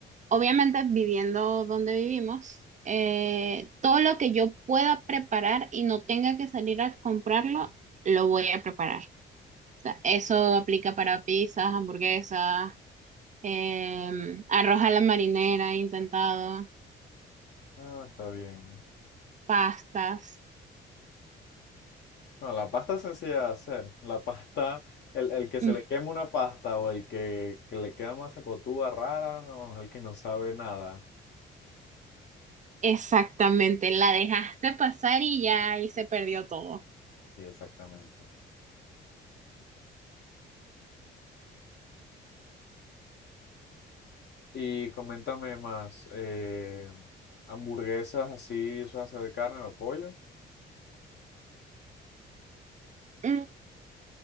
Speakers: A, on the right; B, on the left.
A: obviamente viviendo donde vivimos, eh, todo lo que yo pueda preparar y no tenga que salir a comprarlo, lo voy a preparar. sea, eso aplica para pizzas, hamburguesas, em, arroz a la marinera, he intentado,
B: Ah, está bien.
A: pastas.
B: No, la pasta es sencilla de hacer. La pasta, el, el que se
A: Mm,
B: le quema una pasta o el que, que le queda una sacotúa rara, no, el que no sabe nada.
A: Exactamente, la dejaste pasar y ya ahí se perdió todo.
B: Sí, exactamente. Y coméntame más, eh, hamburguesas así, o sea, de carne o de pollo.
A: Mm,